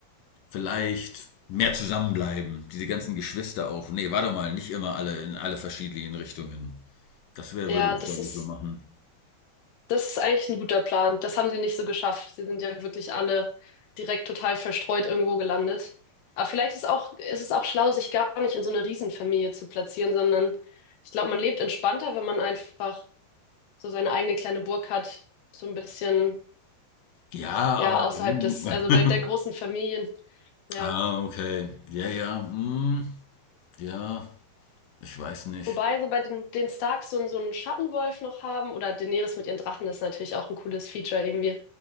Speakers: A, on the left (about 60°); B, on the left (about 80°).
A: vielleicht mehr zusammenbleiben, diese ganzen Geschwister auf. Nee, warte mal, nicht immer alle in alle verschiedenen Richtungen. Das wäre,
B: Ja,
A: würde ich
B: das
A: glaube
B: ist.
A: ich so machen.
B: Das ist eigentlich ein guter Plan. Das haben sie nicht so geschafft. Sie sind ja wirklich alle direkt total verstreut irgendwo gelandet. Aber vielleicht ist auch, ist es auch schlau, sich gar nicht in so eine Riesenfamilie zu platzieren, sondern ich glaube, man lebt entspannter, wenn man einfach so seine eigene kleine Burg hat, so ein bisschen,
A: Ja,
B: ja,
A: aber.
B: außerhalb
A: <laughs>
B: des, also der, der großen Familien. Ja.
A: ah, okay. Ja, ja. Hm, ja, ich weiß nicht.
B: Wobei so bei den, den Starks so, einen- so einen Schattenwolf noch haben oder Daenerys mit ihren Drachen, das ist natürlich auch ein cooles Feature irgendwie,